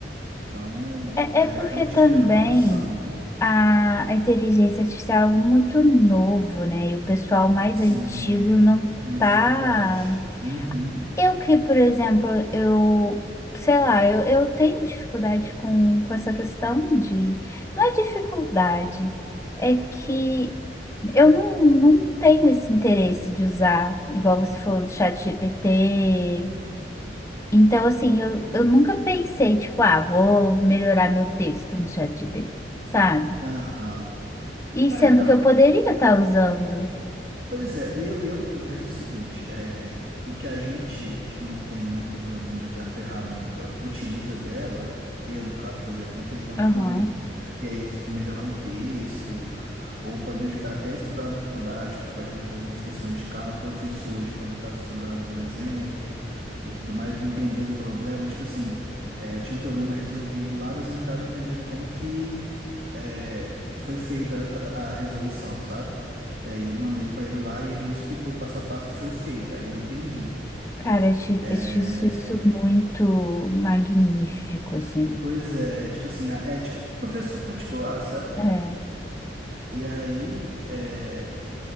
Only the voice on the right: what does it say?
Então,
é,
é um tipo
de automação.
Sim,
tem
dificuldade. Uhum.
Oh,
Aham.
Ah,
então.
Pois é, e eu, eu, eu penso o seguinte, é, o que a gente que não tem muito domínio da ferramenta utiliza dela, eu no caso, por exemplo, não tenho tanto
domínio, e aí eu uso para melhorar um texto, ou para me ajudar até a estudar na faculdade, para resolver algumas questões de cálculo, eu fiz isso hoje enquanto eu estava estudando, por exemplo, e tudo mais, me entender um problema, tipo assim, é, eu tinha um problema resolvido lá, mas eu não estava entendendo como que é, foi feita a a- a resolução, sabe? É, E aí eu mandei pra ele lá e ele me explicou o passo a passo que foi feito. Aí eu entendi.
É...
Pois é, tipo assim, é tipo professor particular, sabe?
E aí, é...